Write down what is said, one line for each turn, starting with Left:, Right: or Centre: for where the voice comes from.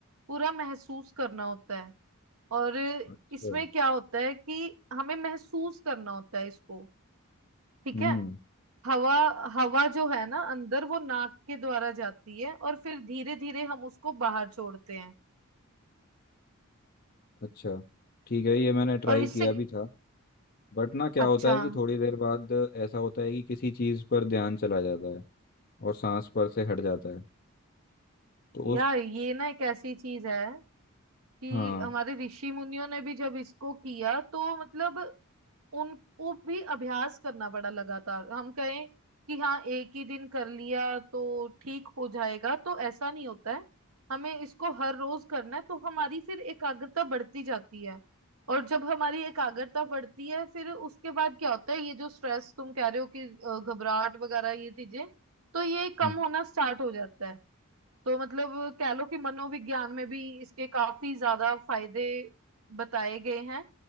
Right: पूरा महसूस करना होता है और इसमें
Left: अच्छा
Right: क्या होता है कि हमें महसूस करना होता है इसको ठीक
Left: हम्म
Right: है हवा हवा जो है ना अंदर वो नाक के द्वारा जाती है और फिर धीरे धीरे हम उसको बाहर छोड़ते हैं
Left: अच्छा ठीक है ये मैंने ट्राई
Right: और इससे
Left: किया भी था बट ना क्या
Right: अच्छा
Left: होता है कि थोड़ी देर बाद ऐसा होता है कि किसी चीज पर ध्यान चला जाता है और सांस पर से हट जाता है तो
Right: यार
Left: उस
Right: ये ना एक ऐसी चीज है कि
Left: हाँ
Right: हमारे ऋषि मुनियों ने भी जब इसको किया तो मतलब उनको भी अभ्यास करना पड़ा लगातार हम कहें कि हाँ एक ही दिन कर लिया तो ठीक हो जाएगा तो ऐसा नहीं होता है हमें इसको हर रोज करना है तो हमारी फिर एकाग्रता बढ़ती जाती है और जब हमारी एकाग्रता बढ़ती है फिर उसके बाद क्या होता है ये जो स्ट्रेस तुम कह रहे हो कि अ, घबराहट वगैरह ये चीजें तो ये कम
Left: हम्म।
Right: होना स्टार्ट हो जाता है तो मतलब कह लो कि मनोविज्ञान में भी इसके काफी ज्यादा फायदे बताए गए हैं